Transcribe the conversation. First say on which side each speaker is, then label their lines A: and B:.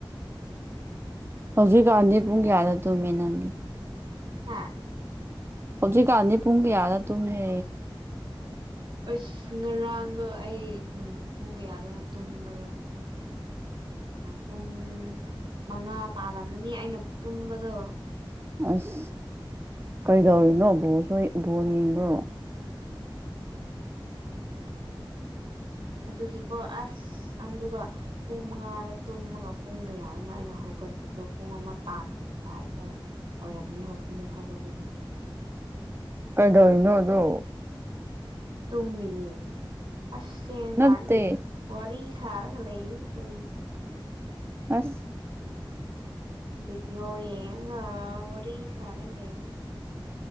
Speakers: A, on the right (about 25°); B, on the right (about 65°).
A: ꯍꯧꯖꯤꯛ ꯀꯥꯟꯗꯦ ꯄꯨꯡ ꯀꯌꯥꯗ ꯇꯨ ꯃꯅꯗꯤ
B: ꯍꯥꯥ
A: ꯍꯧꯖꯤ ꯀꯥꯥꯟꯅꯤ ꯄꯨꯡ ꯀꯌꯥꯗ ꯇꯨꯍꯦ
B: ꯑꯁ ꯉꯔꯥꯡꯗꯣ ꯑꯩ ꯎꯝ ꯄꯨꯡ ꯀꯌꯥꯗꯅꯣ ꯇꯨꯝꯕꯗꯣ ꯄꯨꯡ ꯃꯉꯥ ꯇꯥ ꯌꯥꯔꯝꯃꯅꯤ ꯑꯩꯅ ꯇꯨꯝꯕꯗꯣ
A: ꯑꯁ ꯀꯔꯤꯗꯧꯔꯤꯅꯣ ꯕꯣꯜꯁꯨ ꯕꯣꯔ ꯌꯦꯡꯕꯣ
B: ꯑꯗꯨꯒꯤꯀꯣ ꯑꯁ ꯑꯗꯨꯒ ꯄꯨꯡ ꯃꯉꯥꯗ ꯇꯨꯝꯃꯒ ꯄꯨꯡꯒꯌꯥꯗꯅ ꯑꯩꯅ ꯍꯧ ꯍꯧꯒꯠꯄꯗꯣ ꯄꯨꯡ ꯑꯃ ꯇꯥꯔꯝꯗꯥꯏꯗ ꯑꯣꯏꯔꯝꯅꯤ ꯑꯃꯨꯛ ꯍꯧꯒꯠꯄꯗꯣ
A: ꯍꯥꯏꯗꯣ ꯏꯩꯅꯣꯗꯣ
B: ꯇꯃꯤꯅꯤ ꯑꯁ
A: ꯅꯠꯇꯦ
B: ꯀ ꯋꯥꯔꯤꯔꯤ ꯁꯔꯒ ꯂꯩꯅꯤ ꯀ
A: ꯑꯁ
B: ꯕꯤꯗꯤꯑꯣ ꯌꯦꯒ ꯋꯥꯔꯤ ꯋꯥꯔꯤ ꯁꯔꯅꯦ